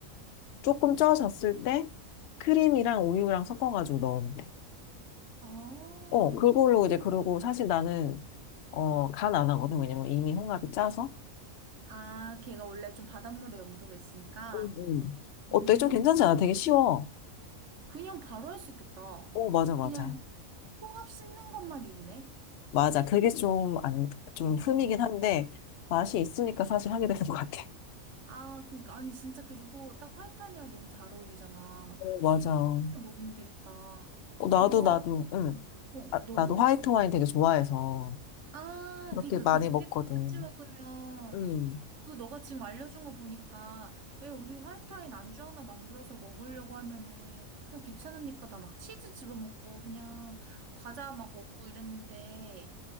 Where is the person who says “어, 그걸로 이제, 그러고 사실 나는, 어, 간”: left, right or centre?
Left